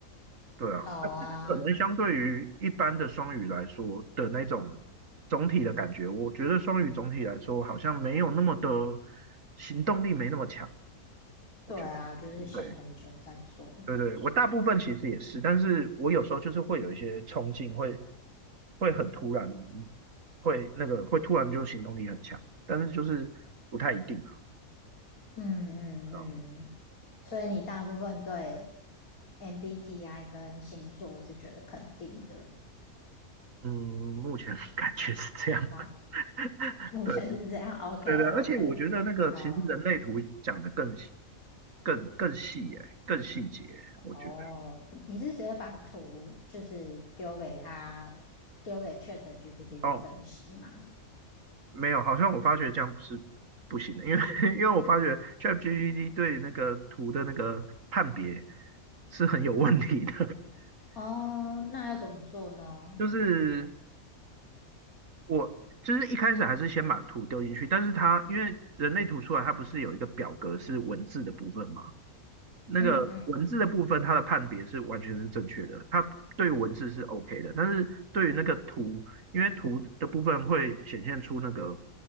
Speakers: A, on the right; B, on the left.
A: 对啊，
B: 好啊，
A: 但是可能相对于一般的双语来说的那种总体的感觉，我觉得双语总体来说好像没有那么的行动力，没那么强。我觉得，
B: 对啊，就是想很久再做。
A: 对对对，我大部分其实也是，但是我有时候就是会有一些冲劲，会会很突然，嗯会那个会突然就行动力很强，但是就是不太一定啊。
B: 嗯嗯嗯，
A: 啊
B: 所以你大部分对 MBTI 跟星座是觉得肯定的。
A: 嗯，目前 <laughs> 感觉是这样。
B: 蛮 <laughs>
A: <laughs>
B: 目前是这样，OK
A: 对。对对，而且我觉得那个其实人类图讲的更细
B: OK，好啊，
A: 更更细耶、更细节，
B: 哦，
A: 我觉得
B: 你你是直接把图就是丢给他，丢给 Chat GPT
A: 哦，
B: 去分析吗？
A: 没有，好像我发觉这样是不行的，因为 <laughs> 因为我发觉 ChatGPT 对那个图的那个判别是很有问题的，
B: 哦，那要怎么做呢？
A: <laughs> 就是我就是一开始还是先把图丢进去，但是它因为人类图出来，它不是有一个表格是文字的部分吗？那个文字的部分，
B: 嗯嗯
A: 它的判别是完全是正确的，它对文字是 OK 的，但是对于那个图，因为图的部分会显现出那个